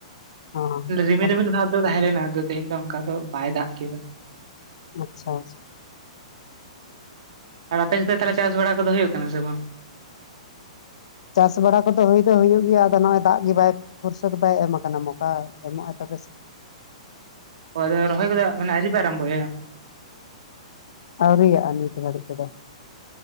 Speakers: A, on the left; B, on the right.
A: ᱚ
B: ᱨᱤᱢᱤᱞ
A: ᱟᱪᱪᱷᱟ
B: ᱨᱤᱢᱤᱞ ᱵᱷᱟᱵ ᱫᱚ ᱛᱟᱦᱮᱸᱞᱮᱱᱟ ᱟᱫᱚ ᱛᱮᱦᱤᱧ ᱫᱚ ᱚᱱᱠᱟ ᱫᱚ ᱵᱟᱭ ᱫᱟᱜ ᱠᱮᱫᱟ᱾
A: ᱟᱪᱪᱷᱟ
B: ᱟᱨ ᱟᱯᱮ ᱥᱮᱫ ᱫᱚ ᱛᱟᱦᱚᱞᱮ ᱪᱟᱥ ᱵᱟᱲᱟ ᱠᱚᱫᱚ ᱦᱩᱭᱩᱜ ᱠᱟᱱᱟ ᱥᱮ ᱵᱟᱝ?
A: ᱪᱟᱥ ᱵᱟᱲᱟ ᱠᱚᱫᱚ ᱦᱩᱭ ᱫᱚ ᱦᱩᱭᱩᱜ ᱜᱮᱭᱟ ᱟᱫᱚ ᱱᱚᱜᱚᱭ ᱫᱟᱜ ᱜᱮ ᱵᱟᱭ ᱯᱷᱚᱨᱥᱚ ᱫᱚ ᱵᱟᱭ ᱮᱢ ᱟᱠᱟᱱᱟ ᱢᱳᱠᱟᱭ ᱮᱢᱚᱜᱼ ᱟᱭ ᱛᱚᱵᱮ ᱥᱮ?
B: ᱚ ᱟᱫᱚ ᱨᱚᱦᱚᱭ ᱠᱚᱫᱚ ᱢᱟᱱᱮ ᱟᱹᱭᱨᱤ ᱯᱮ ᱟᱨᱚᱢᱵᱚᱭᱟ?
A: ᱟᱭᱨᱤᱭᱟᱜ-ᱟ ᱱᱤᱛ ᱜᱟᱹᱲᱤᱡ ᱛᱮᱫᱚ,